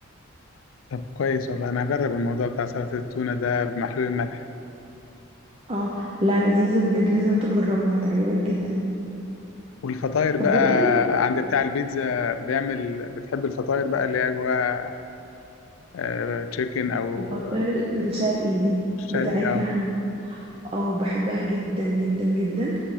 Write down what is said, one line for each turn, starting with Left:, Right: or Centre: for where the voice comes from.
Left: طب كويس والله انا هجرب الموضوع بتاع سلطه التونه ده بمحلول الملح
Right: اه لا لذيذة بجد لازم تجربها هتعجبك جدا
Left: والفطاير بقى
Right: طب بما انك
Left: عند بتاع البيتزا بيعمل بتحب الفطاير بقى اللي هي جواها آه، تشيكن او
Right: الفطاير الشرقي دي
Left: شرقي
Right: بتاعتنا
Left: اه
Right: احنا اه بحبها جدا جدا جدا